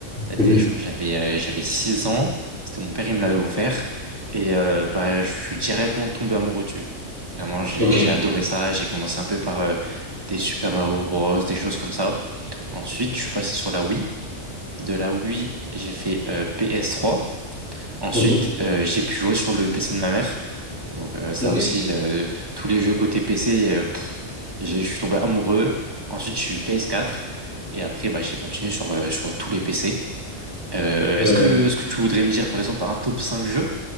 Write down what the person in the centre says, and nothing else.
Mhm.
Ok.
Mhm.
Ok.
Voilà.